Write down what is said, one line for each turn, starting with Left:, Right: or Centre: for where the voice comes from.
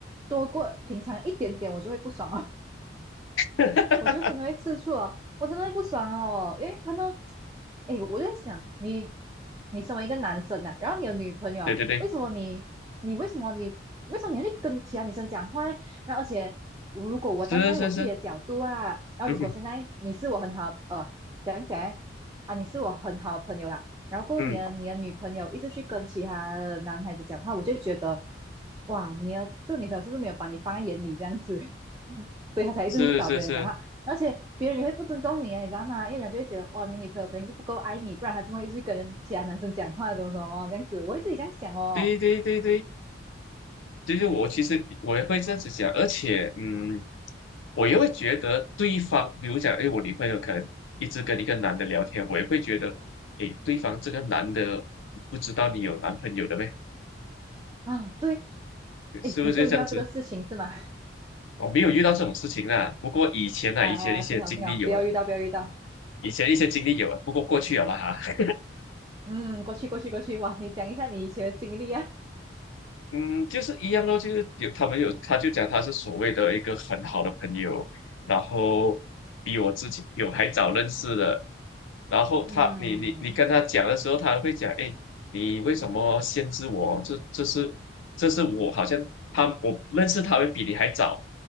Right: 多过平常一点点，我就会不爽啊。
Left: <laughs>
Right: 我就真的会吃醋哦，我真的会不爽哦，因为看到，哎，我就在想，你你身为一个男生啊，然后你有女朋友，
Left: 对对对，
Right: 为什么你你为什么你为什么你要去跟其他女生讲话欸然后而且我如果我站在我自己的角度啊，
Left: 是是是，
Right: 然后如果现在你是我很好呃讲一讲来，
Left: 嗯哼
Right: 啊，你是我很好的朋友啦，然后过年你的你的女朋友一直去跟其他的男孩子讲话，
Left: 嗯，
Right: 我就会觉得。哇，你的这个女朋友是不是没有把你放在眼里这样子，<laughs> 所以她才一直去找别人讲话。
Left: 是是是，
Right: 而且别人也会不尊重你啊，你知道吗？因为人家就会觉得哇，你女朋友肯定是不够爱你，不然她怎么会去跟人其他男生讲话，怎么怎么这样子？我会自己这样想哦。
Left: 对对对对。就是我其实我也会这样子讲，
Right: 哎，
Left: 而且嗯，我也会觉得对方，比如讲，哎，我女朋友可能一直跟一个男的聊天，我也会觉得，哎，对方这个男的不知道你有男朋友的呗，
Right: 啊，对，哎，
Left: 是不是这样子？
Right: 你是有遇到这个事情是吗？
Left: 我没有遇到这种事情啦，不过以前啊，
Right: 啊，
Left: 以前一些经历有了，
Right: 幸好幸好，不要遇到，不要遇到。
Left: 以前一些经历有了，不过过去有了啦哈。
Right: 嗯，过去过去过去，哇，你讲一下你以前的经历啊。
Left: 嗯，就是一样咯，就是有他们有，他就讲他是所谓的一个很好的朋友，然后比我之前有还早认识的，然后他你你你跟他讲的时候，
Right: 嗯
Left: 他会讲，哎，你为什么限制我？这这是这是我好像他我认识他们比你还早，